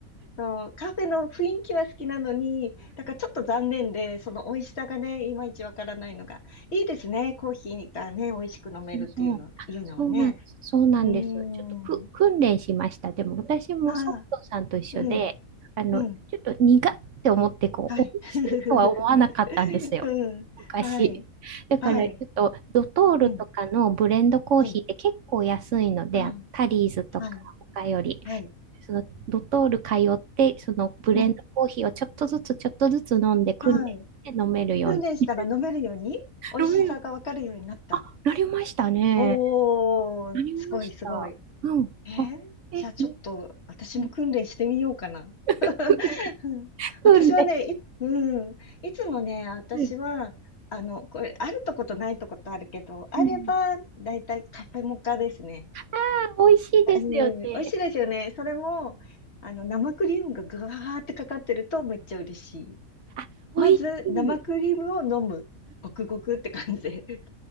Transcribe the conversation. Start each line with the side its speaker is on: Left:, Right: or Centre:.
Left: そう、カフェの雰囲気は好きなのに、だからちょっと残念で、その美味しさがね、いまいちわからないのが、いいですね。コーヒーがね、美味しく飲めるっていうの、
Right: そうそう。あ、
Left: いうのはね。
Right: そうなん、そうなんです。
Left: うー
Right: ちょっとく、
Left: ん。
Right: 訓練しました。でも私もソフトさんと一緒で、
Left: ああ、うん、
Right: あの、
Left: うん。
Right: ちょっと苦って思って、こう、
Left: はい。
Right: 美味しいとは思わなかったんですよ。
Left: <laughs> うん。
Right: 昔。
Left: はい。
Right: だから、
Left: はい。
Right: ちょっと、ドトールとかのブレンドコーヒーって結構安いので、
Left: うん。うん。はい。
Right: あタリーズとか他より、
Left: はい。はい。
Right: そのドトール通って、そのブレンドコーヒーをちょっとずつちょっとずつ飲んで訓練して飲めるように。
Left: うん。はい。訓練したら飲めるように、美味しさがわかるようになった。
Right: 飲める。あ、なりましたね。
Left: おー、
Right: なりました。
Left: すごい、すごい。
Right: うん。
Left: えーじゃあちょっと私も訓練してみようかな。
Right: あ、え、<laughs> うんうん
Left: <laughs>
Right: く、
Left: うん私はね、
Right: くんで。
Left: い、うん、いつもね、私は、
Right: うん
Left: あの、これ、あるとことないとことあるけど、あれば、
Right: うん。
Left: だいたいカフェモカですね。
Right: あ、美味しいですよね。
Left: うん、美味しいですよね。それも、あの、生クリームがぐわーってかかってるとめっちゃ嬉しい。
Right: あ、あ、
Left: まず、
Right: 美味しい。
Left: 生クリームを飲む。ごくごくって感じで。